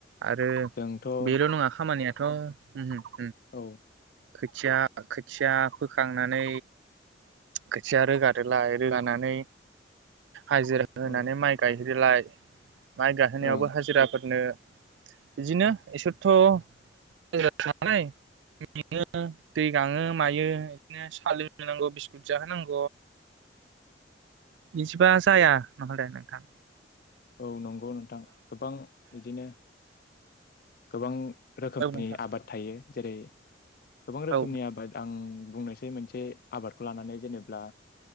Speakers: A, on the right; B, on the left.
A: आरो
B: जोंथ' औ
A: बेल' नङा खामानिया थ उम
B: औ।
A: खोथिया खोथिया फोखांनानै खोथिया रोगादोलाय। रोगानानै हाजिरा होनानै
B: ओं
A: माइ गायहो दोलाय। माइ गाहोनायावबो
B: औ
A: हाजिराफोरनो बिदिनो इसोरथ' <unintelligible> मेङो दै गाङो मायो बिदिनो सा लोंहोनांग', बिस्कुट जाहोनांग'। <unintelligible> जाया नहले नोंथां।
B: औ नंगौ नोंथां गोबां बिदिनो गोबां रोखोमनि
A: औ नोंथां
B: आबाद थायो। जेरै गोबां रोखोमनि
A: औ
B: आबाद आं बुंनोसै मोनसे आबादखौ लानानै जेनेब्ला